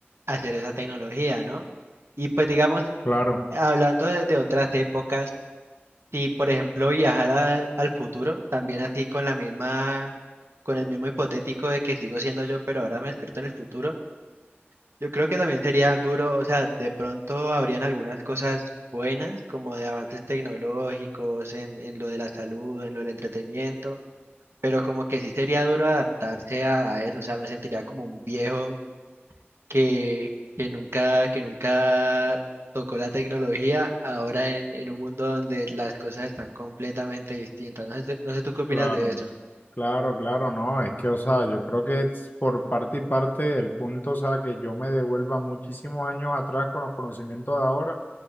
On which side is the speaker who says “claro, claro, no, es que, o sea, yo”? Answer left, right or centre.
Left